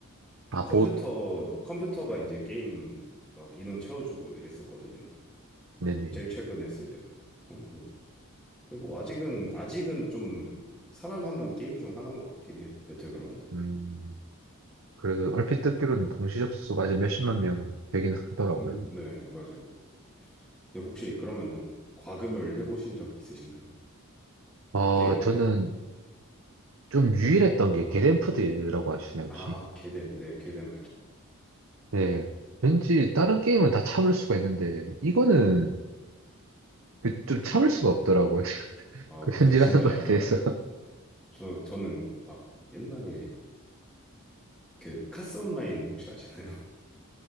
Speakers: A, on the right; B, in the centre.
A: 아,
B: 컴퓨터
A: 봇.
B: 컴퓨터가 이제 게임 막 인원 채워주고 이랬었거든요.
A: 네네.
B: 제일 최근에 했을 때가. 아주 뭐. 근데 뭐 아직은 아직은 좀 살아남은 게임 중 하나인 것 같긴 해요. 배틀그라운드.
A: 음, 그래도 얼핏 듣기로는 동시 접속수가 아직 몇십만 명 되긴 하더라고요.
B: 음, 네, 맞아요. 근데 혹시 그러면은 과금을 해보신 적이 있으신가요?
A: 아,
B: 게임하면서.
A: 저는 좀 유일했던 게겟덴프드라고 하시나요, 혹시?
B: 아, 개뎀. 네, 개뎀 알죠.
A: 네. 왠지 다른 게임은 다 참을 수가 있는데, 이거는 그 좀 참을 수가 없더라고요. <laughs>
B: 아,
A: 그
B: 맞아요.
A: 현질하는
B: 진짜
A: 거에
B: 약간
A: 대해서.
B: 저, 저는 막 옛날에 그 카스 온라인 혹시 아시나요? <laughs>